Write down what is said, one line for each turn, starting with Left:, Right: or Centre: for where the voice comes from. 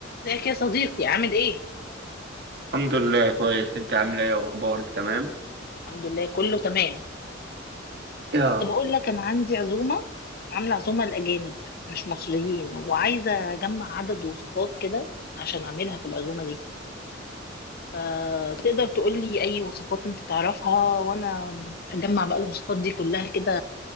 Left: ازيك يا صديقي عامل ايه؟
Right: الحمد لله كويس انت عامله ايه اخبارك تمام
Left: الحمد لله كله تمام
Right: يا
Left: كنت
Right: رب
Left: بقول لك انا عندي عزومه عامله عزومه لاجانب مش مصريين وعايزه اجمع عدد وصفات كده عشان اعملها في العزومه دي فتقدر تقول لي اي وصفات انت تعرفها وانا هجمع بقى الوصفات دي كلها كده